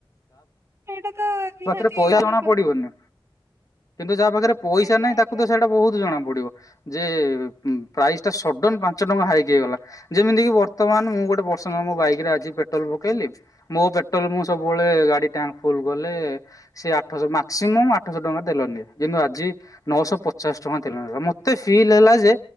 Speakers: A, on the right (about 30°); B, on the left (about 40°).
A: ସେଇଟା ତ ନିହାତି
B: ପାଖରେ ପଇସା
A: ଆମେ
B: ଜଣା ପଡିବନି। କିନ୍ତୁ ଯାହା ପାଖରେ ପଇସା
A: ଆଜ୍ଞା
B: ନାହିଁ
A: ଆଜ୍ଞା
B: ତାକୁ ତ ସେଇଟା ବହୁତ ଜଣା ପଡିବ। ଯେ ପ୍ରାଇସ୍ ଟା ସଡ଼ନ ପାଞ୍ଚ ଟଙ୍କା ହାଇକ୍ ହେଇଗଲା। ଯେମିତିକି ବର୍ତ୍ତମାନ ମୁଁ ଗୋଟେ ପର୍ସନାଲ ମୋ ବାଇକରେ ଆଜି ପେଟ୍ରୋଲ ପକେଇଲି ମୋ ପେଟ୍ରୋଲ ମୁଁ ସବୁବେଳେ ଗାଡି ଟ୍ୟାଙ୍କ ଫୁଲ କଲେ ସେ ଆଠଶ ମାକ୍ସିମମ୍ ଆଠଶହ ଟଙ୍କା ତେଲ ନିଏ। କିନ୍ତୁ ଆଜି ନଅଶହ ପଚାଶ ଟଙ୍କା ତେଲ ନେଲା। ମତେ ଫିଲ୍ ହେଲା ଯେ